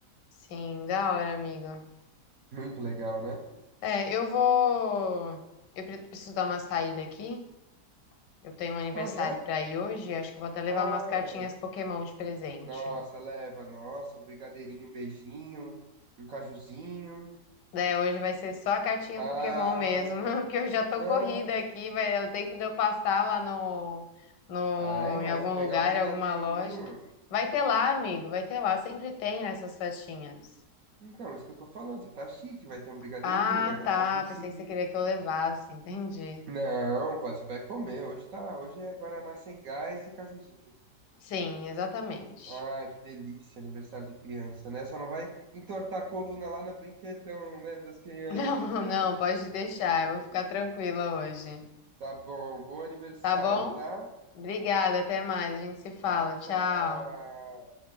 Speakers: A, on the left; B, on the right.
A: Sim, da hora, amigo.
B: Muito legal, né?
A: É, eu vou. Eu pre- preciso dar uma saída aqui. Eu tenho um aniversário
B: Ah, já?
A: pra ir hoje, acho que vou até levar
B: Ah,
A: umas cartinhas Pokémon de presente.
B: Nossa, leva, nossa, um brigadeirinho, um beijinho, um cajuzinho.
A: Né, hoje vai ser só a cartinha
B: Ah,
A: Pokémon mesmo, <laughs> porque eu já tô
B: não.
A: corrida aqui, vai dar o tempo de eu passar lá no, no,
B: Ai, mas
A: em algum
B: pegar
A: lugar,
B: um brigadeirinho.
A: em alguma loja. Vai ter lá, amigo, vai ter lá, sempre tem nessas festinhas.
B: Então, isso que eu tô falando, você tá chique, vai ter um brigadeirinho,
A: Ah,
B: vai ter
A: tá,
B: um cajuzinho.
A: pensei que você queria que eu levasse, <laughs> entendi.
B: Não, vai- você vai comer, hoje tá, hoje é guaraná sem gás e cajuzinho.
A: Sim, exatamente.
B: Ai, que delícia, aniversário de criança, né? Só não vai entortar a coluna lá no brinquedão, né, das crianças.
A: <laughs> Não,
B: <laughs>
A: não, pode deixar,
B: Ah,
A: eu vou ficar tranquila hoje.
B: Tá bom, bom aniversário,
A: Tá bom?
B: tá?
A: Obrigada, até mais. A gente se fala.
B: Tchau,
A: Tchau.
B: tchau.